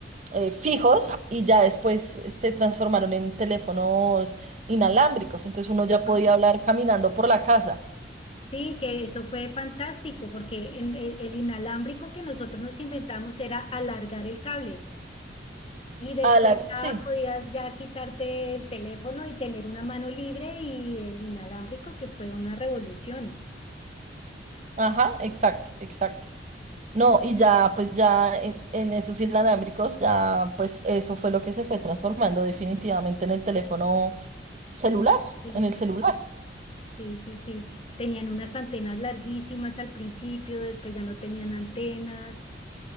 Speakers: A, on the right (about 40°); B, on the left (about 30°).
A: eh, fijos y ya después se transformaron en teléfonos inalámbricos, entonces uno ya
B: Ajá.
A: podía hablar caminando por la casa.
B: Sí, que eso fue fantástico porque en- el, el inalámbrico que nosotros nos inventamos era alargar el cable. Y después
A: A la,
B: ya
A: sí.
B: podías ya quitarte el teléfono y tener una mano libre y el inalámbrico, que fue una revolución
A: Ajá, exacto, exacto. No, y ya, pues ya en, en esos inalámbricos, ya, pues eso fue lo que se fue transformando definitivamente en el teléfono celular,
B: celular.
A: en el celular,
B: Sí, sí, sí. Tenían unas antenas larguísimas al principio, después ya no tenían antenas.